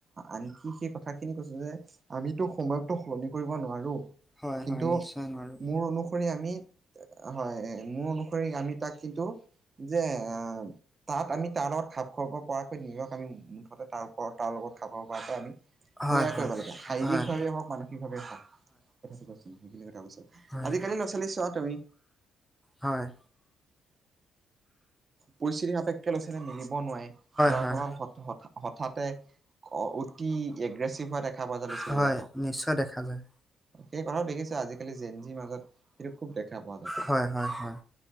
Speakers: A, on the right; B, in the centre.
A: আনকি সেই কথা খিনি কৈছো যে আমিতো সময়কটো সলনি কৰিব নোৱাৰো,
B: হয়
A: কিন্তু
B: হয় নিশ্চয় নোৱাৰোঁ
A: মোৰ অনুসৰি আমি হয় মোৰ অনুসৰি আমি তাক কিন্তু যে আঁহ তাত আমি তাৰ লগত খাপ খুৱাব পৰাকৈ নিজক আমি তাৰ ওপৰত তাৰ লগত খাব পৰাটোৱে আমি তৈয়াৰ
B: হয় হয়।
A: কৰিব লাগে শাৰীৰিক
B: হয় হয় হয়
A: ভাৱেই হওক মানসিক ভাৱেই হওক
B: হয়।
A: আজিকালি ল'ৰা ছোৱালী চোৱা তুমি
B: হয়
A: পৰিস্থিতি সাপেক্ষে ল'ৰা ছোৱালী মিলিব নোৱাৰে যাৰ
B: হয়।
A: ফলত হঠ- হঠ- হঠাতে অ অতি এগ্ৰেছিভ হোৱা দেখা পোৱা যায় ল'ৰা ছোৱালীবিলাক
B: হয়, নিশ্চয় দেখা যায়।
A: সেই কথা দেখিছো আজিকালি জেনজিৰ মাজত সেইটো খুব দেখা পোৱা যায় কথাটো।
B: হয় হয় হয়